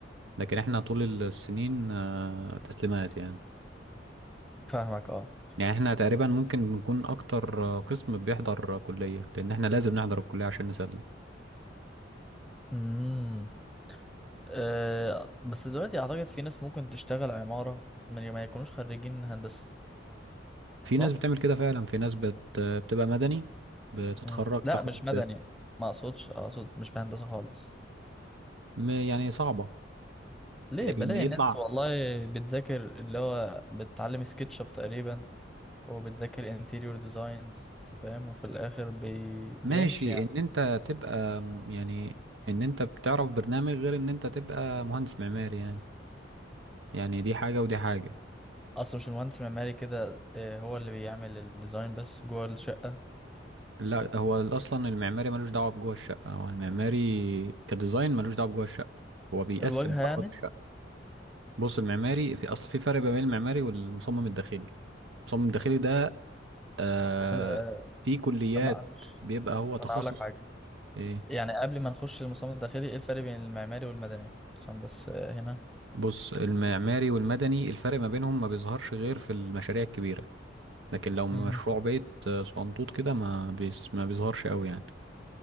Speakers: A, on the right (about 80°); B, in the centre.
A: لكن احنا طول السنين اه تسليمات يعني
B: فاهمك اه
A: يعني احنا تقريبا ممكن نكون اكتر آه، قسم بيحضر آه، كلية لان احنا لازم نحضر الكلية عشان نسلم
B: امم اه، بس دلوقتي اعتقد في ناس ممكن تشتغل عماره من غير ما يكونوش خريجين هندسه
A: في
B: صح
A: ناس بتعمل كده فعلا في ناس بت بتبقى مدني بتتخرج
B: امم
A: تاخد
B: لا مش مدني ما اقصدش اقصد مش في هندسه خالص
A: م- يعني صعبة
B: ليه بلاقي
A: ان يطلع
B: ناس والله بتذاكر اللي هو بتتعلم سكتش اب تقريبا وبتذاكر انتيريور ديزاينز انت فاهم وفي الاخر بي... بيمشي
A: ماشي
B: يعني
A: ان انت تبقى م- يعني ان انت بتعرف برنامج غير ان انت تبقى مهندس معماري يعني يعني دي حاجة ودي حاجة
B: اصلا مش المهندس المعماري كده آه، هو اللي بيعمل الديزاين بس جوه الشقة
A: لا هو ال- أصلا المعماري ملوش دعوة بجوه الشقة هو المعماري كديزاين ملوش دعوة بجوه الشقة هو بيقسم
B: الواجهة يعني
A: فقرات الشقة بص المعماري في أصل في فرق بين المعماري والمصمم الداخلي المصمم الداخلي ده آه
B: طب آه،
A: في كليات
B: طب معلش
A: بيبقى هو
B: طب
A: تخصص
B: انا هقول لك حاجة
A: إيه
B: يعني قبل ما نخش للمصمم الداخلي ايه الفرق بين المعماري والمدني عشان بس آه، هنا
A: بص المعماري والمدني الفرق ما بينهم ما بيظهرش غير في المشاريع الكبيرة لكن لو مشروع
B: مم.
A: بيت آه، صغنطوط كده ما بيس ما بيظهرش قوي يعني